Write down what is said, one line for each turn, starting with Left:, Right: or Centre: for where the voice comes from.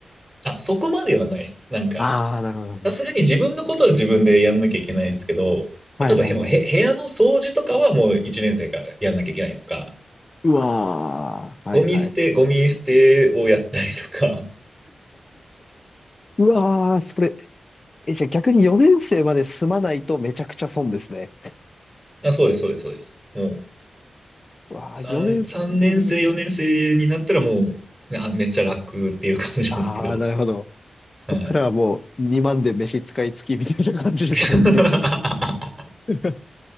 Centre: あ、そこまではないです。なんか、
Left: ああー、なるほど。
Centre: さすがに自分のことは自分でやんなきゃいけないんですけど、
Left: なるほどはいはいはい。
Centre: 例えばへもうへ部屋の掃除とかはもう1年生がやんなきゃいけないとか、
Left: うわー、
Centre: ゴミ捨て、
Left: はいはい。
Centre: ゴミ捨てをやったりとか、
Left: うわー、それ、え、じゃあ逆に4年生まで済まないとめちゃくちゃ損ですね。
Centre: <laughs> あ、そうです、そうです、そうです。もう、
Left: うわあ、
Centre: 3、
Left: 4年生の、
Centre: 三年生、4年生になったらもう、ねあ、めっちゃ楽っていう感じなんですけど。
Left: ああ、なるほど。そっからはもう2万で飯使い付きみたいな感じですもんね。
Centre: はい。<laughs>
Left: <laughs>